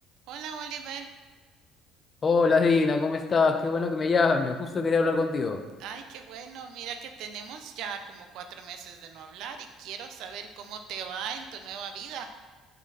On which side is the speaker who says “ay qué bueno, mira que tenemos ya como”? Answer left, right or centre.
Right